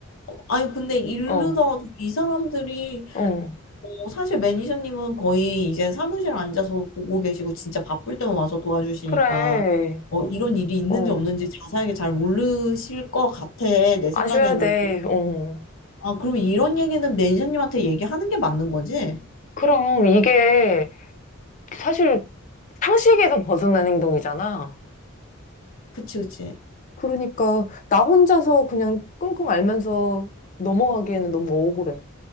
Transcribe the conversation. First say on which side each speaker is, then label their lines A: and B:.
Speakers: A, on the left; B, on the left.
A: 아니, 근데 이르더라도
B: 어,
A: 이 사람들이,
B: 응.
A: 어, 사실 매니저님은 거의 이제 사무실 앉아서 보고 계시고 진짜 바쁠 때만 와서 도와주시니까,
B: 그래,
A: 어, 이런 일이 있는지
B: 어.
A: 없는지 자세하게 잘 모르실 것 같아. 내 생각에는.
B: 아셔야 돼, 어.
A: 아, 그럼 이런 얘기는 매니저님한테 얘기하는 게 맞는 거지?
B: 그럼 이게, 사실 상식에서 벗어난 행동이잖아.
A: 그치, 그치.
B: 그러니까 나 혼자서 그냥 끙끙 앓면서 넘어가기에는 너무 억울해.